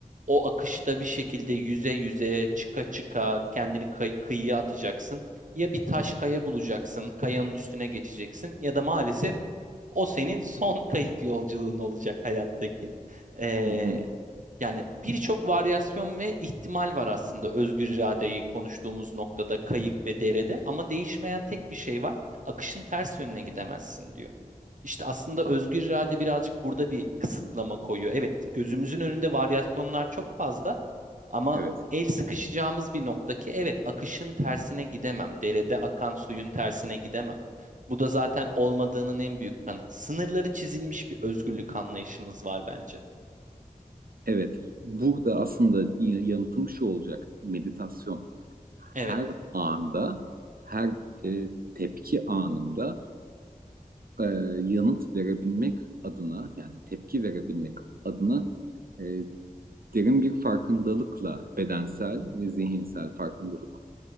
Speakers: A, on the right (about 60°); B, on the right (about 80°).
A: o akışta bir şekilde yüze yüze çıka çıka kendini kay- kıyıya atacaksın. Ya bir taş kaya bulacaksın, kayanın üstüne geçeceksin ya da maalesef o senin son kayık yolculuğun olacak hayattaki. Ee,
B: Hı hı.
A: yani birçok varyasyon ve ihtimal var aslında özgür iradeyi konuştuğumuz noktada kayık ve derede ama değişmeyen tek bir şey var. Akışın ters yönüne gidemezsin diyor. İşte aslında
B: Ah.
A: özgür irade birazcık burada bir kısıtlama koyuyor. Evet, gözümüzün önünde varyasyonlar çok fazla ama
B: Evet,
A: el sıkışacağımız bir nokta ki evet akışın tersine gidemem. Derede akan suyun tersine gidemem. Bu da zaten olmadığının en büyük kanıtı. Sınırları çizilmiş bir özgürlük anlayışımız var bence.
B: evet. Burada aslında y- yanıtım şu olacak. Meditasyon.
A: Evet.
B: Her anda, her e, tepki anımda e, yanıt verebilmek adına, yani tepki verebilmek adına e, derin bir farkındalıkla, bedensel ve zihinsel farkındalıkla